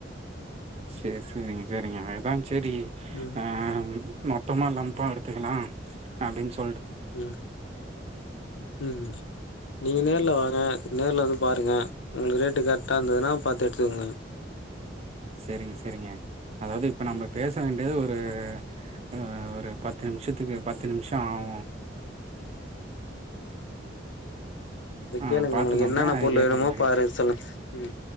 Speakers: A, on the right (about 35°); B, on the left (about 80°).
A: சேர் சேரிங்க சேரிங்க அதா சேரி
B: ம்
A: ஆஹ் மொத்தமா லம்ப்பா எடுத்துக்கலா அப்டின் சொ
B: உம் உம் நீங்க நேர் ல வாங்க நேர்ல வந்து பாருங்க உங்ளுக் ரேட்டு கரெக்ட்டா இருந்ததுன்னா பாத்து எடுத்துங்க.
A: சேரிங்க சேரிங்க அதாவ்து இப்ப நம்ம
B: ம்
A: பேச வேண்டியது ஒரு ஆ ஒரு பத்து நிமிஷத்துக்கு பத்து நிமிஷொ ஆவு
B: அத
A: ஆ
B: கேளுங்க
A: பாத்துக்கோங்க
B: உங்களுக்கு என்னென்ன
A: அதுக்கேத்த
B: பொருள் வேணுமோ
A: மாரி
B: பாரு சொல்லுங்க ம்